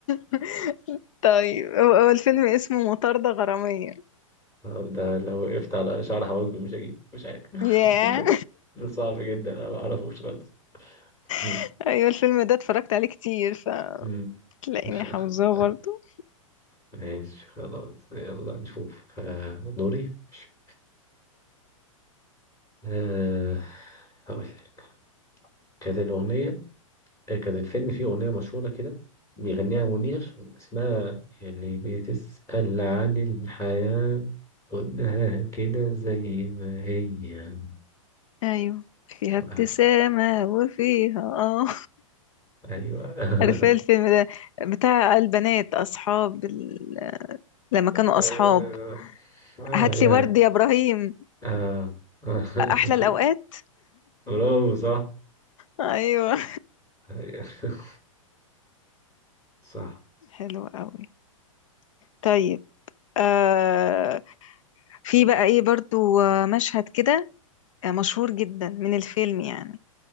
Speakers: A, on the left; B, on the left.
A: <laughs> طيب هو هو الفيلم اسمه مطاردة غرامية
B: طب ده لو وقفت على شعر حواجبي مش هجيب مش عارف
A: ياه
B: <laughs> ده صعب جدا انا ما اعرفوش خالص مم.
A: <laughs> ايوه الفيلم ده اتفرجت عليه كتير
B: مم.
A: فتلاقيني
B: <laughs>
A: حافظاه برضه
B: ماشي خلاص يلا نشوف آه، دوري ماشي. آه، هقول لك كانت الأغنية آه، كان الفيلم فيه أغنية مشهورة كده بيغنيها منير اسمها اللي بتسأل عن الحياة خدها كده زي ما هي
A: ايوه فيها ابتسامة
B: آه،
A: وفيها آه.
B: أيوة <laughs>
A: عارفة إيه الفيلم ده بتاع البنات أصحاب ال... لما كانوا
B: آه
A: أصحاب
B: آه،
A: هاتلي
B: يعني
A: ورد يا إبراهيم
B: آه آه.
A: أحلى الأوقات
B: <laughs> برافو صح
A: أيوة
B: أيوة. صح
A: حلو قوي طيب آه في بقى إيه برضو آه، مشهد كده آه، مشهور جدا من الفيلم يعني